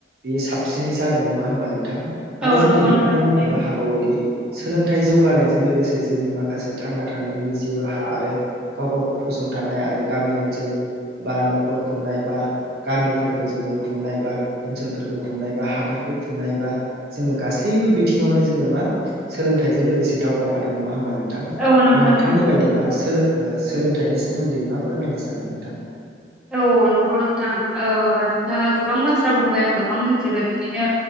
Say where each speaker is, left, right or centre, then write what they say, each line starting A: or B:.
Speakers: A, on the right (about 60°); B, in the centre.
A: बेयो साबसिनै जादों नङा होमबा नोंथां आरो
B: औ
A: जोङो
B: नंगौ
A: बेखौनो
B: नोंथां थारैनो
A: मख'नो हाबावोदि सोलोंथाइ जौगानायजों लोगोसे जोंनि माखासे थांना थानायनि जि जिउ राहा आरो गाव गावखौ फसंथानाय आरो गामि ओनसोल बा न'खर खुंनाय बा गामिफोरखौ जोङो खुंनाय बा ओनसोलफोरखौ खुंनाय बा हादोरखौ खुंनाय बा जोङो गासै बो बिथिङावनो जोङो मा सोलोंथाइजों लोगोसे दावगाफादों नङा होमबानो। नोंथां
B: औ नोंथां
A: ओ नोंथांनि
B: नंगौ
A: बायदिबा सोलों ओ सोलों थाइनि सोमोन्दै मा फोरमायनो सानो नोंथां
B: औ अ नंगौ नोंथां ओ नोंथाङा गोबां बाथ्रा बुंबाय आं गोबां मिथिबाय बिदिनो